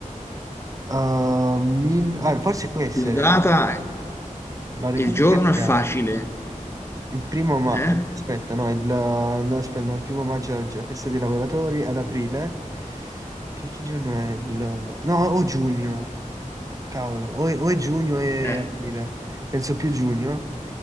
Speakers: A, on the right; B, on the left.
A: Uh, mil- ah, forse può essere
B: La data,
A: la Repubblica
B: il giorno
A: Italiana.
B: è facile,
A: Il primo maggio,
B: eh?
A: aspetta, no, il, no, aspetta, no, il primo maggio è la gi- festa dei lavoratori, ad aprile. Che, che giorno è? Il... No, o giugno. Cavolo, o è, o è giugno e
B: Eh,
A: aprile, penso più giugno,